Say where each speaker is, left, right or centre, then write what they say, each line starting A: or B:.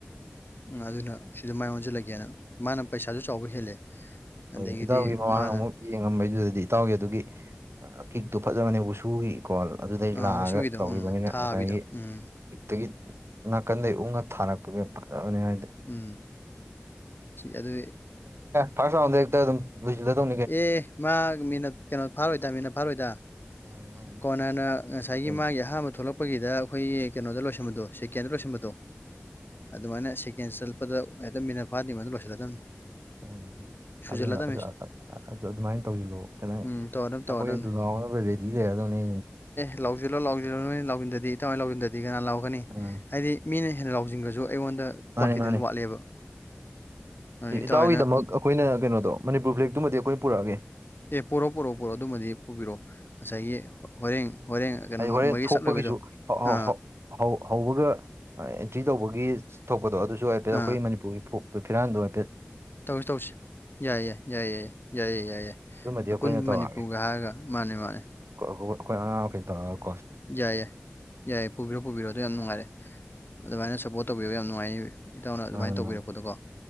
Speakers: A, on the left; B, on the right.
A: ꯑꯗꯨꯅ ꯁꯤꯗ ꯃꯥꯏ ꯑꯣꯟꯁꯤꯜꯂꯒꯦꯅ ꯃꯥꯅ ꯄꯩꯁꯥꯁꯨ ꯆꯥꯎꯕ ꯍꯦꯜꯂꯦ ꯑꯗꯒꯤꯗꯤ
B: ꯍꯣꯏ ꯏꯇꯥꯎꯒꯤ ꯃꯃꯥꯡ
A: ꯃꯥꯅ
B: ꯑꯃꯨꯛ ꯌꯦꯡꯉꯝꯕꯩꯗꯨꯗꯗꯤ ꯏꯇꯥꯎꯒꯤ ꯑꯗꯨꯒꯤ ꯀꯤꯛꯇꯣ ꯐꯖꯕꯅꯦ ꯋꯨꯁꯨꯒꯤꯀꯣ ꯑꯗꯨꯗꯩ
A: ꯑ
B: ꯂꯥꯛꯑꯒ
A: ꯋꯥꯁꯨꯒꯤꯗꯣ
B: ꯇꯧꯈꯤꯕꯅꯤꯅ
A: ꯎꯝ ꯊꯥꯕꯤꯗꯣ
B: ꯉꯁꯥꯏꯒꯤ
A: ꯎꯝ
B: ꯍꯦꯛꯇꯒꯤ ꯅꯥꯀꯟꯗꯒꯤ ꯎꯛꯅ ꯊꯥꯔꯛꯄꯒꯤ ꯐꯠꯇꯕꯅꯤ ꯍꯥꯏꯗ
A: ꯎꯝ ꯑꯗꯨ
B: ꯐꯁꯗ
A: ꯑꯦ ꯃꯥ ꯃꯤꯅꯠ ꯀꯩꯅꯣ ꯐꯥꯔꯣꯏꯗ ꯃꯤꯅꯠ ꯐꯥꯔꯣꯏꯗ
B: ꯌꯥꯅꯤ ꯌꯥꯅꯤ
A: ꯀꯣꯅꯥꯅ ꯉꯁꯥꯏꯒꯤ
B: ꯑꯗꯨꯅ
A: ꯃꯥꯒꯤ ꯑꯍꯥꯟꯕ ꯊꯣꯛꯂꯛꯄꯒꯤꯗ ꯑꯩꯈꯣꯏꯒꯤ ꯀꯩꯅꯣꯗ ꯂꯣꯏꯁꯟꯕꯗꯣ ꯁꯦꯀꯦꯟꯗ ꯂꯣꯏꯁꯟꯕꯗꯣ ꯑꯗꯨꯃꯥꯏꯅ ꯁꯦꯀꯦꯟ ꯆꯠꯄꯗ ꯍꯦꯛꯇ ꯃꯤꯅꯠ ꯐꯥꯗ꯭ꯔꯤ ꯃꯗꯨ ꯂꯣꯏꯁꯤꯜꯂꯗꯕꯅꯤ
B: ꯎꯝ ꯎꯝ
A: ꯁꯨꯖꯜꯂꯗꯕꯅꯤ
B: ꯑꯗꯨꯅ ꯑꯗꯨ ꯑꯗꯨꯃꯥꯏꯅ ꯇꯧꯁꯤꯜꯂꯣꯑꯣ ꯈꯤꯇꯪ
A: ꯎꯝ ꯇꯧꯔꯗꯝꯅꯤ
B: ꯑꯩꯈꯣꯏ
A: ꯇꯧꯔꯗꯝꯅꯤ
B: ꯂꯥꯎꯅꯕ ꯔꯦꯗꯤ ꯂꯩꯒꯗꯧꯅꯦ
A: ꯂꯥꯎꯁꯤꯜꯣ ꯂꯥꯎꯁꯤꯜꯣ ꯅꯣꯏ ꯂ ꯂꯧꯁꯤꯟꯗꯗꯤ ꯏꯃꯥꯏꯅ ꯂꯧꯁꯤꯟꯗꯗꯤ ꯑꯗꯨ ꯀꯅꯥ ꯂꯥꯎꯒꯅꯤ
B: ꯑꯥ
A: ꯍꯥꯏꯗꯤ ꯃꯤꯅ ꯍꯦꯟꯅ ꯂꯥꯎꯖꯤꯡꯈꯁꯨ ꯑꯩꯉꯣꯟꯗ
B: ꯃꯥꯅꯦ
A: ꯀꯣꯟꯐꯤꯗꯦꯟ
B: ꯃꯥꯅꯦ
A: ꯋꯥꯠꯂꯦꯕ ꯑꯗꯨꯅ ꯏꯇꯥꯎ
B: ꯏꯇꯥꯎꯒꯤꯗꯃꯛ
A: ꯍꯣꯏꯅ
B: ꯑꯩꯈꯣꯏꯅ ꯀꯩꯅꯣꯗꯣ ꯃꯅꯤꯄꯨꯔ ꯐ꯭ꯂꯦꯛꯇꯨꯃꯗꯤ ꯑꯩꯈꯣꯏ ꯄꯨꯔꯛꯑꯒꯦ
A: ꯑꯦ ꯄꯔꯛꯑꯣ ꯄꯨꯔꯣꯔꯛꯑꯣ ꯄꯣꯔꯛꯑꯣ ꯑꯗꯨꯃꯗꯤ ꯄꯨꯕꯤꯔꯛꯑꯣ ꯉꯁꯥꯏꯒꯤ ꯍꯣꯔꯦꯡ ꯍꯣꯔꯦꯡ ꯀꯩꯅꯣ
B: ꯑꯩ
A: ꯉꯝꯕꯒꯤ
B: ꯍꯣꯔꯦꯟ ꯊꯣꯛꯄꯒꯤꯁꯨ
A: ꯆꯠꯂꯣꯏꯕꯩꯗꯣ
B: ꯍ
A: ꯑꯥ
B: ꯍ ꯍꯣꯏ ꯍꯧꯕꯒ ꯑꯦꯟꯇ꯭ꯔꯤ ꯇꯧꯕꯒꯤ ꯊꯣꯛꯄꯗꯣ ꯑꯗꯨꯁꯨ ꯍꯥꯏꯐꯦꯠ
A: ꯑꯥ
B: ꯑꯩꯈꯣꯏ ꯃꯅꯤꯄꯨꯔꯒꯤ ꯐ ꯐꯤꯔꯥꯥꯟꯗ
A: ꯇꯧꯁꯤ ꯇꯧꯁꯤ ꯌꯥꯏ ꯌꯥꯏ ꯌꯥꯏ ꯌꯥꯏꯌꯦ ꯌꯥꯏꯌꯦ ꯌꯥꯏ ꯌꯥꯏ
B: ꯑꯗꯨꯃꯗꯤ
A: ꯑꯄꯨꯟꯕ
B: ꯑꯩꯈꯣꯏꯅ ꯇꯧꯔꯛꯑꯒꯦ
A: ꯃꯅꯤꯄꯨꯔꯒ ꯍꯥꯏꯔꯒ ꯃꯥꯅꯦ ꯃꯥꯅꯦ
B: ꯑꯩꯈꯣꯏ ꯑꯉꯥꯡꯈꯩ ꯇꯧꯔꯒ
A: ꯌꯥꯏ ꯌꯥꯏ ꯌꯥꯏ ꯄꯨꯕꯤꯔꯣ ꯄꯨꯕꯤꯔꯛꯣ ꯑꯗꯨ ꯌꯥꯝ ꯅꯨꯡꯉꯥꯏꯔꯦ ꯑꯗꯨꯃꯥꯏꯅ ꯁꯞꯄꯣꯔꯠ ꯇꯧꯕꯤꯔꯣ ꯌꯥꯝ ꯅꯨꯡꯉꯥꯏꯅꯤ ꯏꯇꯧꯅ ꯑꯗꯨꯃꯥꯏꯅ
B: ꯃꯥꯅꯦ
A: ꯇꯧꯕꯤꯔꯛꯄꯗꯣꯀꯣ
B: ꯃꯥꯅꯦ